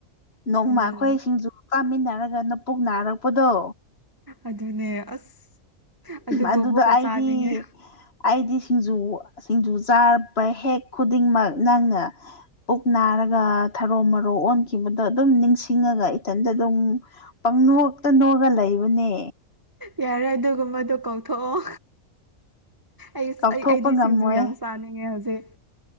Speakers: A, on the left; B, on the right.
A: ꯅꯣꯡꯃ
B: ꯎꯝ
A: ꯑꯩꯈꯣꯏ ꯁꯤꯡꯖꯨ ꯇꯥꯃꯤꯟꯅꯔꯒ ꯅꯄꯨꯛ ꯅꯥꯔꯛꯄꯗꯣ
B: ꯑꯗꯨꯅꯦ ꯑꯁ ꯑꯗꯨꯕꯨ
A: ꯑꯗꯨꯗ
B: ꯑꯃꯨꯛꯀ
A: ꯑꯩꯗꯤ
B: ꯆꯥꯅꯤꯡꯉꯦ
A: ꯑꯩꯗꯤ ꯁꯤꯡꯖꯨ ꯁꯤꯡꯖꯨ ꯆꯥꯕ ꯍꯦꯛ ꯈꯨꯗꯤꯡꯃꯛ ꯅꯪꯅ ꯄꯨꯛ ꯅꯥꯔꯒ ꯊꯔꯣ ꯃꯔꯣ ꯑꯣꯟꯈꯤꯕꯗꯣ ꯑꯗꯨꯝ ꯅꯤꯡꯁꯤꯡꯉꯒ ꯏꯊꯟꯗ ꯑꯗꯨꯝ ꯄꯪꯅꯣꯛꯇ ꯅꯣꯛꯑꯒ ꯂꯩꯕꯅꯦ꯫
B: ꯌꯥꯔꯦ ꯑꯗꯨꯒꯨꯝꯕꯗꯣ ꯀꯧꯊꯣꯛꯑꯣ꯫ ꯑꯩꯁ
A: ꯀꯥꯎꯊꯣꯛꯄ
B: ꯑꯩ ꯑꯩꯗꯤ
A: ꯉꯝꯃꯣꯏ
B: ꯁꯤꯡꯖꯨ ꯌꯥꯝ ꯆꯥꯅꯤꯡꯉꯦ ꯍꯧꯖꯤꯛ꯫